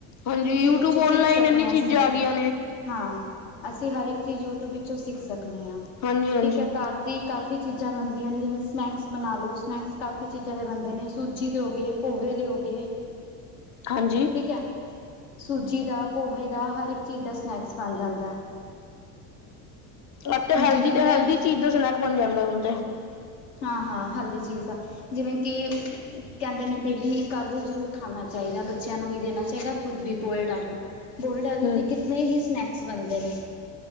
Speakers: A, on the left; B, on the left.
A: ਹਾਂਜੀ,
B: ਯੂਟਿਊਬ ਵਿੱਚੋਂ ਸਿੱਖ
A: ਔਨਲਾਈਨ
B: ਸਕਦੇ
A: ਇੰਨੀ ਚੀਜ਼ਾਂ
B: ਅਸੀਂ ਹ
A: ਆ ਗਈਆਂ ਨੇ,
B: ਹਾਂ ਅਸੀਂ ਹਰ ਇੱਕ ਚੀਜ਼ ਯੂਟਿਊਬ ਵਿੱਚੋਂ ਸਿੱਖ ਸਕਦੇ ਹਾਂ
A: ਹਾਂਜੀ-ਹਾਂਜੀ।
B: ਠੀਕ ਹੈ ਘਰ ਦੀ ਕਾਫੀ ਚੀਜ਼ਾਂ ਬਣਦੀਆਂ ਨੇ ਜਿਵੇਂ ਸਨੈਕਸ ਬਣਾ ਲਓ ਸਨੈਕਸ ਕਾਫ਼ੀ ਚੀਜ਼ਾਂ ਦੇ ਬਣਦੇ ਨੇ ਸੂਜੀ ਦੇ ਹੋ ਗਏ ਪੋਹੇ ਦੇ ਹੋ ਗਏ
A: ਹਾਂਜੀ ਹਾਂਜੀ
B: ਠੀਕ ਹੈ ਸੂਜੀ ਦਾ ਪੋਹੇ ਦਾ ਹਰ ਇੱਕ ਚੀਜ਼ ਦਾ ਸਨੈਕਸ ਬਣ ਜਾਂਦਾ <inaudible>
A: ਅਤੇ
B: ਹੁਣ
A: ਹੈਲਦੀ
B: ਜਿਵੇਂ
A: ਤੇ
B: ਕਈ
A: ਹੈਲਦੀ ਚੀਜ਼ ਦਾ ਸਨੈਕ ਬਣ ਜਾਂਦਾ ਹੁਣ ਤੇ
B: ਹਾਂ ਹਾਂ ਹਲਦੀ ਚੀਜ਼ ਆ ਜਿਵੇਂ ਕਿ ਕਹਿੰਦੇ ਨੇ ਡੇਲੀ ਇਕਆਲੂ ਜ਼ਰੂਰ ਖਾਣਾ ਚਾਹੀਦਾ ਬੱਚਿਆਂ ਨੂੰ ਵੀ ਦੇਣਾ ਚਾਹੀਦਾ ਖੁਦ ਵੀ ਬੋਇਲਡ ਆਲੂ ਬੋਇਲਡ ਆਲੂ
A: ਹੂੰ,
B: ਦੇ ਕਿਤਨੇ ਹੀ ਸਨੈਕਸ ਬਣਦੇ ਨੇ